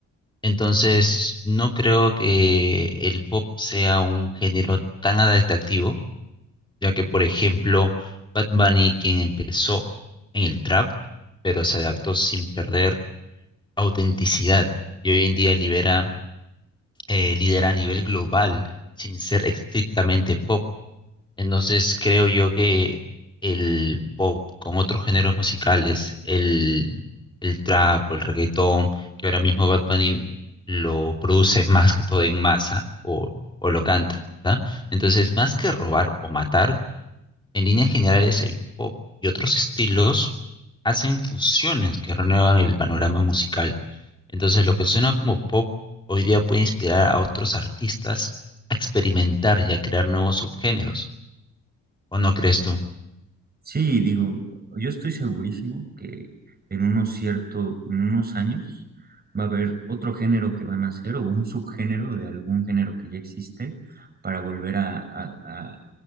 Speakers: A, on the left; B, on the right.
A: Entonces, no creo que el pop sea un género tan atractivo ya que por ejemplo, Bad Bunny, quien empezó en el trap, pero se adaptó sin perder autenticidad y hoy en día libera, eh, lidera a nivel global sin ser estrictamente pop. Entonces creo yo que el pop con otros géneros musicales, el, el trap o el reggaetón, que ahora mismo Bad Bunny lo produce más que todo en masa o, o lo canta, entonces más que robar o matar, en líneas generales, el pop y otros estilos hacen fusiones que renuevan el panorama musical. Entonces, lo que suena como pop hoy día puede inspirar a otros artistas a experimentar y a crear nuevos subgéneros. ¿O no crees tú?
B: Sí, digo, yo estoy segurísimo que en unos cierto, en unos años va a haber otro género que van a hacer o un subgénero de algún género que ya existe para volver a, a- a-